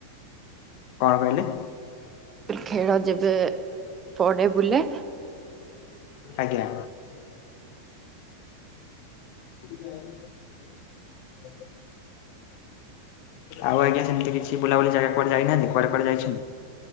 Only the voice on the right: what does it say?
ଖେଳ ଯେବେ ପଡ଼େ ବୁଲେ।